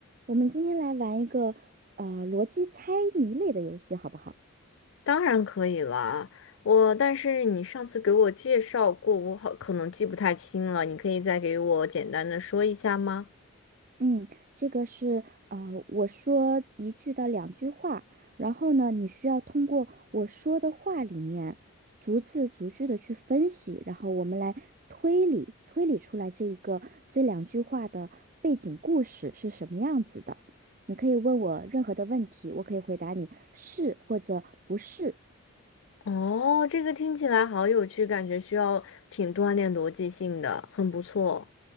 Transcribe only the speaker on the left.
当然可以啦，我但是你上次给我介绍过，我好可能记不太清了，你可以再给我简单的说一下吗？
哦，这个听起来好有趣，感觉需要挺锻炼逻辑性的，很不错。